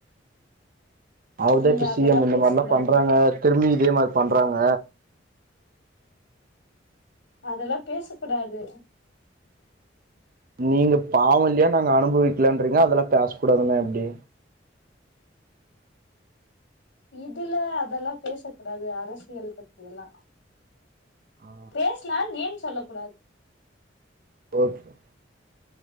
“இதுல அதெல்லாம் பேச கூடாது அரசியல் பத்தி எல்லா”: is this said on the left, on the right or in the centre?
Left